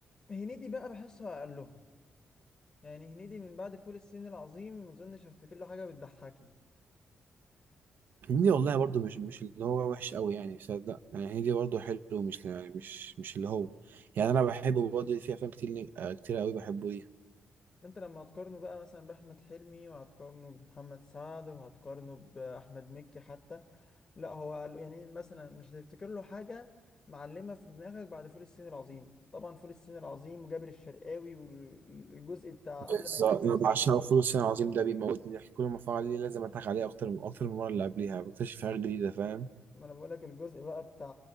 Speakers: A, on the left (about 30°); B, on the right (about 70°).
A: هنيدي بقى بحسه اقلهم يعني هنيدي من بعد فول الصين العظيم ما اظنش افتكر له حاجة بتضحكني
B: هنيدي والله برضو مش مش اللي هو وحش قوي يعني صدق يعني هنيدي برضو حلو مش يعني مش مش اللي هو يعني انا بحبه برضه في افلام كتير آه، كتير قوي بحبه
A: ما انت لما هتقارنه بقى مثلا باحمد حلمي وهتقارنه بمحمد سعد وهتقارنه باحمد مكي حتى لا هو قال- يعني مثلا مش هتفتكر له حاجه معلمه في دماغك بعد فول الصين العظيم طبعا فول الصين العظيم وجابر الشرقاوي والجزء بتاع
B: بالظبط
A: قبل ما يسافر
B: أنا
A: الصين
B: بعشقه
A: ده كله
B: فول الصين العظيم ده بيموتني ضحك كل ما اتفرج عليه لازم اضحك عليه اكتر من اكتر من المره اللي قبليها بكتشف حاجات جديده فاهم
A: ما انا بقولك الجزء بقى بتاع